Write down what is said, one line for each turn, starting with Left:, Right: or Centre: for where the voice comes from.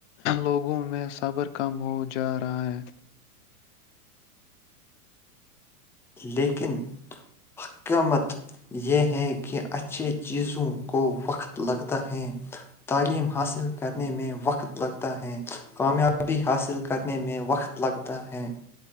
Left: لوگوں میں صبر کم ہو جا رہا ہے
Centre: لیکن حکامت یہ ہے کہ اچھے چیزوں کو وقت لگتا ہے تعلیم حاصل کرنے میں وقت لگتا ہے کامیابی حاصل کرنے میں وقت لگتا ہے